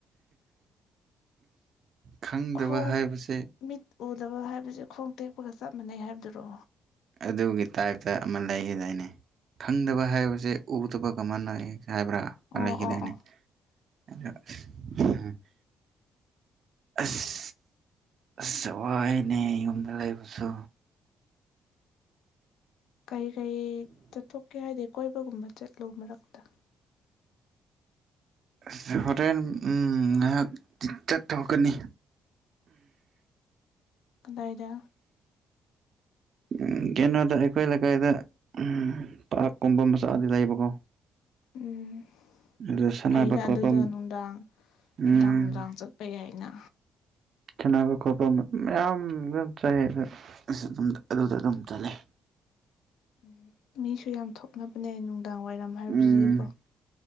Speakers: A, on the right; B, on the left.
A: ꯈꯪꯗꯕ
B: ꯈꯣꯡ
A: ꯍꯥꯏꯕꯁꯦ
B: ꯃꯤꯠ ꯎꯗꯕ ꯍꯥꯏꯕꯁꯦ ꯈꯣꯡ ꯇꯦꯛꯄꯒ ꯆꯞ ꯃꯥꯟꯅꯩ ꯍꯥꯏꯕꯗꯨꯔꯣ
A: ꯑꯗꯨꯒꯤ ꯇꯥꯏꯞꯇ ꯑꯃ ꯂꯩꯒꯤꯗꯥꯏꯅꯦ ꯈꯪꯗꯕ ꯍꯥꯏꯕꯁꯦ ꯎꯗꯕꯒ ꯃꯥꯟꯅꯩ ꯍꯥꯏꯕ꯭ꯔꯥ
B: ꯑꯣ
A: ꯂꯩꯒꯤꯗꯥꯏꯅꯦ
B: ꯑꯣ ꯑꯣ
A: <unintelligible> ꯑꯁ ꯑꯁ ꯋꯥꯏꯅꯦ ꯌꯨꯝꯗ ꯂꯩꯕꯁꯨ
B: ꯀꯩ ꯀꯩ ꯆꯠꯊꯣꯛꯀꯦ ꯍꯥꯏꯗꯤ ꯀꯣꯏꯕꯒꯨꯝꯕ ꯆꯠꯂꯣ ꯃꯔꯛꯇ
A: ꯑꯁ ꯍꯣꯔꯦꯟ ꯎꯝ ꯉꯍꯥꯛ ꯆꯠꯊꯣꯛꯀꯅꯤ
B: ꯀꯗꯥꯏꯗ
A: ꯎꯝ ꯀꯩꯅꯣꯗ ꯑꯩꯈꯣꯏ ꯂꯩꯀꯥꯏꯗ ꯎꯝ ꯄꯥꯛꯔꯀꯨꯝꯕ ꯃꯆꯥꯗꯤ ꯂꯩꯕꯀꯣ
B: ꯎꯝ
A: ꯑꯗꯨꯗ ꯁꯥꯟꯅꯕ
B: ꯐꯩꯅ
A: ꯈꯣꯠꯄ
B: ꯑꯗꯨꯗ ꯅꯨꯡꯗꯥꯡ
A: ꯎꯝ
B: ꯅꯨꯡꯗꯥꯡ ꯅꯨꯡꯗꯥꯡ ꯆꯠꯄ ꯌꯥꯏꯅ
A: ꯁꯥꯅꯕ ꯈꯣꯠꯄ ꯃꯌꯥꯝ ꯑꯗꯨ ꯆꯥꯏ ꯑꯗꯨ ꯑꯗꯨꯗ ꯑꯗꯨꯝ ꯆꯠꯂꯦ
B: ꯎꯝ ꯃꯤꯁꯨ ꯌꯥꯝ ꯊꯣꯛꯅꯕꯅꯦ ꯅꯨꯡꯗꯥꯡ ꯋꯥꯏꯔꯝ ꯍꯥꯏꯕꯁꯤꯗꯤꯀꯣ
A: ꯎꯝ